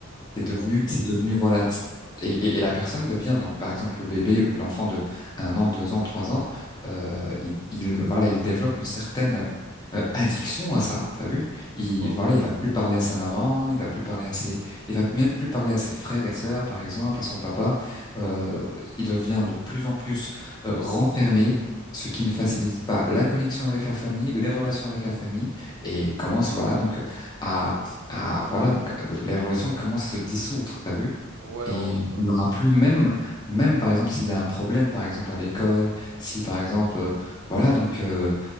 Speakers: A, on the left; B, on the right.
A: C'est
B: Ouais.
A: devenu, c'est devenu, voilà. t- Et, et, et la personne devient donc, par exemple, le bébé ou l'enfant de un an, deux ans, trois ans, euh, il, il, voilà, il développe une certaine euh, addiction à ça. T'as vu? Il,
B: Bah
A: voilà,
B: oui.
A: il va plus parler à sa maman, il va plus parler à ses, il va même plus parler à ses frères et sœurs, par exemple, à son papa. Euh, il devient de plus en plus euh, renfermé, ce qui ne facilite pas la connexion avec la famille, les relations avec la famille, et commence, voilà, donc à ah, voilà, donc euh, les relations commencent à se dissoudre, t'as vu?
B: Ouais,
A: Et
B: hein,
A: il
B: ouais.
A: n'y aura plus, même, même par exemple, s'il y a un problème, par exemple, à l'école, si par exemple, euh, voilà, donc, euh,